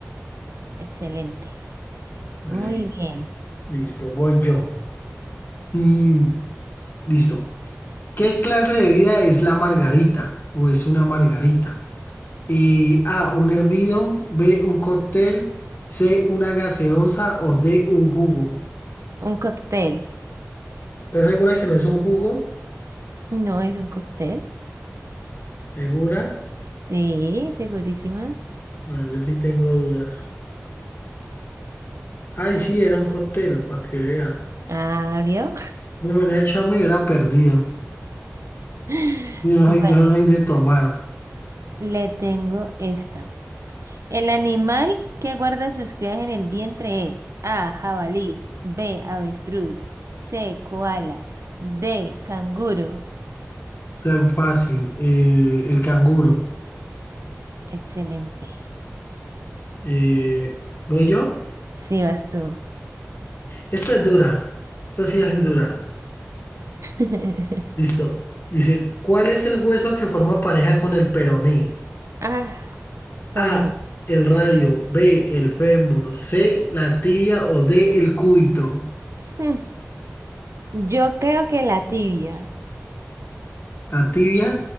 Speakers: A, on the right (about 75°); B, on the left (about 45°).
A: Excelente.
B: Listo.
A: Muy bien.
B: Listo, voy yo. Mm, listo. ¿Qué clase de bebida es la margarita o es una margarita? Eh, A, un hervido, B, un cóctel, C, una gaseosa o D, un jugo.
A: Un cóctel.
B: ¿Estás segura que no es un jugo?
A: No es un cóctel.
B: ¿Segura?
A: Sí, segurísima.
B: No, yo sí tengo dudas. Ay, sí, era un cóctel, para que vea.
A: Ah, ¿vio?
B: De manera hecho, me hubiera perdido.
A: <laughs>
B: Yo no soy,
A: Bueno,
B: yo no soy de tomar. O
A: le tengo esta. El animal que guarda sus crías en el vientre es A. Jabalí, B. Avestruz, C. Koala, D. Canguro.
B: sea, fácil. Eh, el canguro.
A: Excelente.
B: Eh, ¿voy yo?
A: Sí, vas tú.
B: Esta es dura. Esta sí es dura.
A: <laughs>
B: Listo. Dice, ¿cuál es el hueso que forma pareja con el peroné?
A: Ah, pues
B: A,
A: no. <laughs>
B: el radio. B, el fémur. C, la tibia. O D, el cúbito.
A: Hmm, Yo creo que la tibia.
B: La tibia,